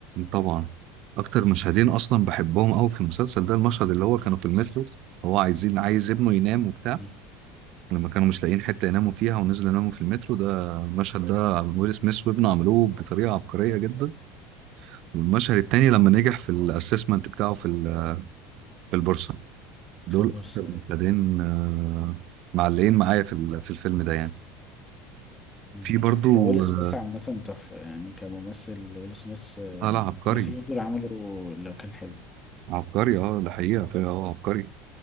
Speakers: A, on the right; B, on the left.
A: طبعا اكتر مشهدين اصلا بحبهم قوي في المسلسل ده المشهد اللي هو كانوا في المترو هو عايزين عايز ابنه ينام وبتاع
B: إيه،
A: لما كانوا مش لاقيين حته يناموا فيها ونزلوا يناموا في المترو ده المشهد ده ويل سميث وابنه عملوه بطريقه عبقريه جدا والمشهد التاني لما نجح في الاسسمنت بتاعه في ال- في البورصه دول
B: في البورصة
A: اكتر
B: أي
A: مشهدين آه، معلقين معايا في ال- في الفيلم ده يعني
B: أي.
A: في برضو
B: هو ويل سميث
A: آه،
B: عامة تحفة يعني كممثل ويل سميث آه،
A: اه لا عبقري
B: مفيش دور عمله لو كان حلو
A: عبقري اه ده حقيقة في اه عبقري